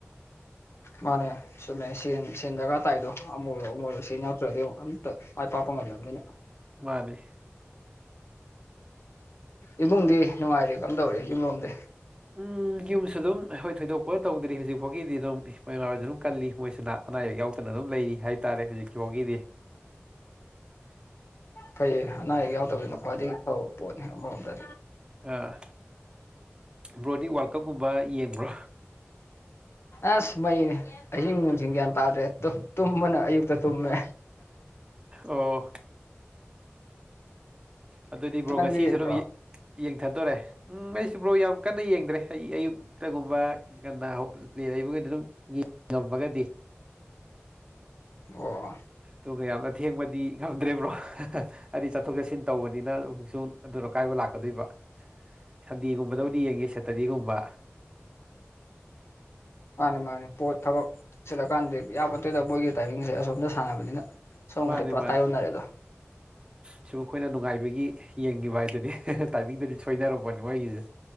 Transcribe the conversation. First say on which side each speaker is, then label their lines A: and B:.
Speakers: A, on the left; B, on the right.
A: ꯃꯥꯅꯦ ꯁꯨꯝꯃꯦ ꯁꯦꯟ ꯁꯦꯟ ꯗꯔꯀꯥꯔ ꯇꯥꯏꯗꯣ ꯑꯃꯨꯔꯔꯣ ꯑꯃꯨꯔꯔꯣ ꯁꯤ ꯌꯥꯎꯇ꯭ꯔꯗꯤ ꯑꯝꯇ ꯑꯩ ꯄꯥꯄꯝ ꯑꯣꯏꯗꯅꯤꯅ
B: ꯃꯥꯅꯤ
A: ꯏꯃꯨꯡꯗꯤ ꯅꯨꯡꯉꯥꯏꯔꯦ ꯀꯔꯝ ꯇꯧꯔꯤꯦ ꯌꯨꯝꯂꯣꯝꯗꯤ
B: ꯎꯝ ꯌꯨꯝꯁꯨ ꯑꯗꯨꯝ ꯑꯩꯣꯏ ꯊꯣꯏꯗꯣꯛꯄ ꯇꯧꯗ꯭ꯔꯤ ꯍꯧꯖꯤꯛꯐꯥꯎꯒꯤꯗꯤ ꯑꯗꯨꯝ ꯏꯃ ꯏꯃꯎꯔꯣꯏꯁꯨ ꯑꯗꯨꯝ ꯀꯜꯂꯤ ꯃꯣꯏꯁꯤꯅ ꯑꯅꯥ ꯑꯌꯦꯛ ꯌꯥꯎꯗꯅ ꯑꯗꯨꯝ ꯂꯩꯔꯤ ꯍꯥꯏꯇꯥꯔꯦ ꯍꯧꯖꯤꯛꯀꯤ ꯐꯥꯎꯒꯤꯗꯤ
A: ꯐꯩꯌꯦ ꯑꯅꯥ ꯑꯌꯦꯛ ꯌꯥꯎꯗꯕꯅ ꯈ꯭ꯋꯥꯏꯗꯒꯤ ꯐꯕ ꯄꯣꯠꯅꯤ ꯑꯃꯔꯣꯝꯗꯗꯤ
B: ꯑꯥ ꯕ꯭ꯔꯣꯗꯤ ꯋꯥꯔꯜ ꯀꯞꯀꯨꯝꯕ ꯌꯦꯡꯕ꯭ꯔꯣ
A: ꯑꯁ ꯃꯩꯅꯦ ꯑꯍꯤꯡ ꯅꯨꯡꯊ ꯒ꯭ꯌꯥꯟ ꯇꯥꯗ꯭ꯔꯦ ꯇꯨꯝꯕꯅ ꯑꯌꯨꯛꯇ ꯇꯨꯝꯃꯦ
B: ꯑꯣ ꯑꯗꯨꯑꯣꯏꯗꯤ ꯕ꯭ꯔꯣ
A: ꯅꯪꯗꯤ
B: ꯉꯁꯤꯁꯨ
A: ꯌꯦꯡꯗ꯭ꯔꯣ
B: ꯑꯗꯨꯝ ꯌꯦꯡꯊꯗꯣꯔꯦ ꯎꯝ ꯑꯩꯁꯤꯕ꯭ꯔꯣ ꯌꯥꯝ ꯀꯟꯅ ꯌꯦꯡꯗ꯭ꯔꯦ ꯑꯩ ꯑꯌꯨꯛꯇꯒꯨꯝꯕ ꯀꯟꯅ ꯄ꯭ꯂꯦ ꯂꯩꯕꯒꯗꯤ ꯑꯗꯨꯝ ꯌꯦꯡꯉꯃꯒꯗꯤ
A: ꯑꯣ
B: ꯑꯗꯨꯒ ꯌꯥꯝꯅ ꯑꯊꯦꯡꯕꯗꯤ ꯉꯝꯗ꯭ꯔꯔꯤꯕ꯭ꯔꯣ ꯍꯥꯏꯗꯤ ꯆꯠꯊꯣꯛ ꯆꯠꯁꯤꯟ ꯇꯧꯕꯅꯤꯅ ꯑꯃꯨꯛꯁꯨ ꯑꯗꯨꯅꯣ ꯀꯥꯏꯕ ꯂꯥꯛꯀꯗꯣꯏꯕ ꯁꯟꯗꯦꯒꯨꯝꯕꯗꯕꯨꯗꯤ ꯌꯦꯡꯉꯦ ꯁꯦꯇꯔꯗꯦꯒꯨꯝꯕ
A: ꯃꯥꯅꯦ ꯃꯥꯅꯦ ꯄꯣꯠ ꯊꯕꯛ ꯆꯜꯂꯀꯥꯟꯗ ꯏꯌꯥꯔꯄꯣꯠꯇꯨꯗ ꯃꯣꯏꯒꯤ ꯇꯥꯏꯃꯤꯡꯁꯦ ꯑꯁꯣꯝꯗ ꯁꯥꯟꯅꯕꯅꯤꯅ ꯁꯣꯝꯒꯗꯤ
B: ꯃꯥꯅꯤ
A: ꯄꯨꯔꯥ
B: ꯃꯥꯅꯤ
A: ꯇꯥꯏꯌꯣꯟꯅꯔꯦꯗꯣ
B: ꯁꯤꯨꯝ ꯑꯩꯈꯣꯏꯅ ꯅꯨꯡꯉꯥꯏꯕꯒꯤ ꯌꯦꯡꯉꯤꯕ ꯍꯥꯏꯗꯨꯅꯦ ꯇꯥꯏꯃꯤꯡꯗꯨꯗꯤ ꯁꯣꯏꯅꯔꯛꯄꯅꯦ ꯃꯣꯏꯒꯤꯁ